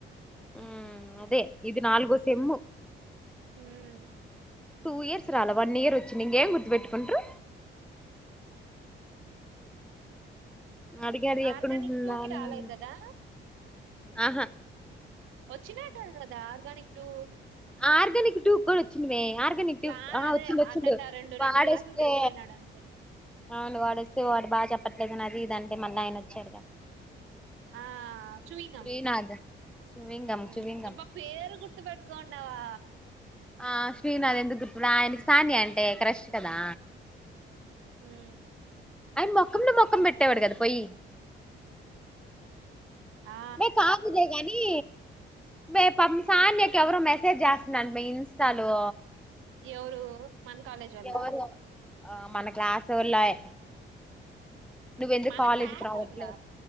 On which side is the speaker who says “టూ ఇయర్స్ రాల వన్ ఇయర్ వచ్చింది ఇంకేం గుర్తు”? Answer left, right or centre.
Centre